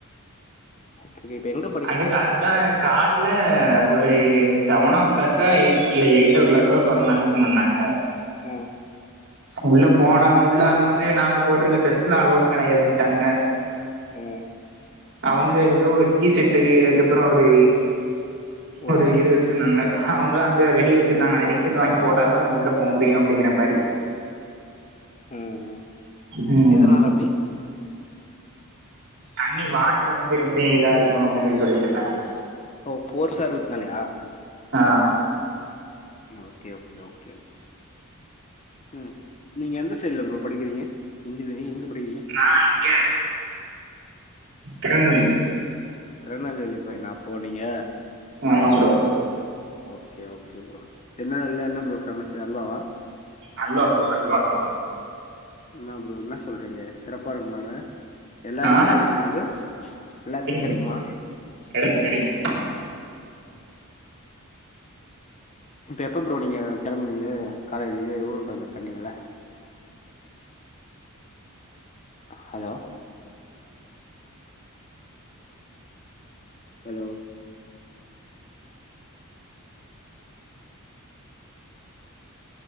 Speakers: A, on the left; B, on the right.
A: ஹோக்கிகி இப்ப எங்கப்
B: அங்க கரக்டாக் கால்ல ஒரு சவனோ க்ளாக்கா எயிட் இல்ல எயிட்டோ க்ளாக்கா தொறந்தாங்க ஓபன் பண்ணாங்க
A: ஓ
B: உள்ள போனா உள்ள அங்க வந்து நாங்க போட்ருக்க ட்ரெஸ்லா அலோட் கெடையாதுன்ட்டாங்க
A: ஓ
B: அவங்க ஏதோ ஒரு டீ செட்டு அதுக்கப்றோ ஒரு
A: ஓ
B: ஒரு இது வச்சிருந்தாங்க அவங்களா அங்க வெளிய வச்சிருந்தாங்க அந்த டி ஸட் வாங்கி போட்டாதா உள்ள போ முடியு அப்படிங்க்ற மாரி
A: ம் ம்
B: உம்
A: எதனால அப்டி
B: தண்ணி வாட்டர் வந்து ரொம்ப இதா இருக்கு அப்டின் சொல்லி சொல்லிட்ருந்தாங்க அவங்க
A: ஓ ஃபோர்சா இருக்நாலயா
B: ஆ
A: ம் ஓகே ஓகே ஓகேம்மா. ம் நீங்க எந்த சைட்ல ப்ரோ படிக்கிறிங்க இன்ஜினியரிங் எங்க படிக்கிறிங்க?
B: நா இங்க திருநெல்வேலி.
A: திருநெல்வேலி பையனா அப்போ நீங்க.
B: ஆமாம் ப்ரோ.
A: ஓகே ஓகே ப்ரோ திருநெல்வேல்ல என்ன ப்ரோ ஃபேமஸ்சு அல்வாவா?
B: அல்வா ப்ரோ அல்வா ப்ரோ டுவா.
A: இன்னா ப்ரோ இன்னாஸ் சொல்றீங்க சிறப்பா இருக்குமா அங்க. எல்லா எடத்துலியு
B: ஆ
A: கெடைக்குமா அது எல்லாத்துலியு கெடைக்மா?
B: ப்ரோ கெடைக்கு கெடைக்கு.
A: இப்ப எப்ப ப்ரோ நீங்க கெளம்புவிங்க காலேஜ்கு ஊருக்கு வந்திருக்கன்னிங்கள்ல. அ ஹலோ? ஹலோ?